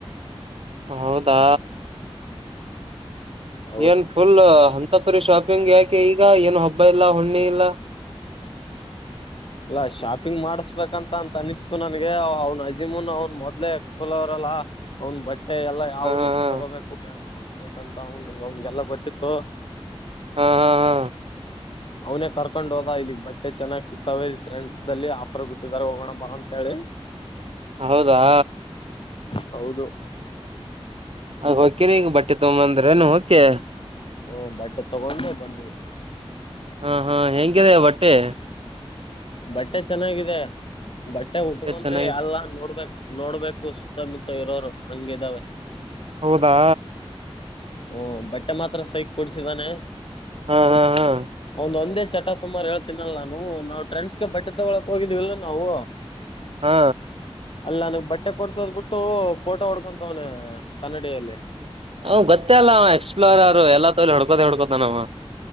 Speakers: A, on the right (about 70°); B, on the left (about 60°).
A: ಹೌದಾ
B: ಹೌದು
A: ಏನ್ ಫುಲ್ ಅಂತಪುರಿ ಶಾಪಿಂಗ್ ಯಾಕೆ ಈಗ ಏನು ಹಬ್ಬ ಇಲ್ಲ ಹುಣ್ಣಿ ಇಲ್ಲ ಹ
B: ಅಲ್ಲಾ ಶಾಪಿಂಗ್ ಮಾಡ್ಸ್ಬೇಕಂತ ಅಂತ ಅನಿಸ್ತು ನನ್ಗೆ ಅವ್ನ್ ಅಜೀಮುನ್ ಅವ್ನ್ ಮೊದ್ಲೆ ಎಕ್ಸ್ಪ್ಲೋರಲ್. ಆ ಅವನ್ ಬಟ್ಟಿ. ಟ್ಟೆ ಎಲ್ಲಾ ಯಾವ್
A: ಹಾ ಹಾ
B: ರೀತಿ
A: ಹಾ
B: ತಗೋಬೇಕು ಹೆಂಗ ಹೋಗಬೇಕಂತ ಅವನು ಅವನ್ಗೆಲ್ಲ ಗೊತ್ತಿತ್ತು.
A: ಹಾ ಹಾ ಹಾ.
B: ಅವನೇ ಕರ್ಕೊಂಡೊದಾ ಇಲ್ಲಿಗ್ ಬಟ್ಟೆ. ಬಟ್ಟೆ ಚನ್ನಾಗಿ ಸಿಕ್ತಾವೆ ಇಲ್ಲಿ ಟ್ರೆಂಡ್ಸದಲ್ಲಿ ಆಫರ್ ಬಿಟ್ಟಿದ್ದಾರೆ ಹೋಗೋನಾ ಬಾ ಅಂತೆಳಿ.
A: ಹೌದಾ.
B: ಹೌದು.
A: ಅಲಿ ಹೋಕಿರಿ ಈಗ ಬಟ್ಟೆ ತೋಬಂದ್ರಿನ ಹೋಕಿ.
B: ಹೂ ಬಟ್ಟೆ ತಗೊಂಡು ಬಂದ್ವಿ.
A: ಹ ಹ ಹೆಂಗಿದೆ ಬಟ್ಟಿ.
B: ಬಟ್ಟೆ ಚೆನ್ನಾಗಿದೆ ಬಟ್ಟೆ ಉಟ್ಕಂದ್ರೆ
A: ಚೆನ್ನಾಗಿ
B: ಎಲ್ಲಾ ನೋಡ್ಬೇಕ್. ನೋಡ್ಬೇಕು ಸುತ್ತಾಮುತ್ತಾ ಇರೋರು ಹಂಗಿದಾವೆ.
A: ಹೌದಾ.
B: ಹು ಬಟ್ಟೆ ಮಾತ್ರಾ ಸೈಕ್ ಕೊಡ್ಸಿದಾನೆ
A: ಹಾ ಹಾ ಹಾ
B: ಅವನ್ದ ಒಂದೇ ಚಟಾ. ಸುಮಾರು ಹೇಳ್ತೀನಲ್ಲ ನಾನು ನಾವು ಟ್ರೆಂಡ್ಸ್ ಗೆ ಬಟ್ಟೆ ತಗೊಳಕ್ ಹೋಗಿದ್ವಿಲ್ ನಾವು.
A: ಹಾ.
B: ಅಲ್ ನನಿಗ್ ಬಟ್ಟೆ ಕೊಡ್ಸೋದ್ ಬಿಟ್ಟು ಫೋಟೋ ಹೊಡ್ಕೊಂತವನೆ ಕನ್ನಡಿಯಲ್ಲಿ.
A: ಅವ್ ಗೊತ್ತೇ ಅಲ್ಲಾ ಎಕ್ಸ್ಪ್ಲೋರರ್ ಎಲ್ಲಾ ತೋಲಿ ಹೋಡ್ಕೋದೇ ಹೊಡ್ಕೋತಾನವ.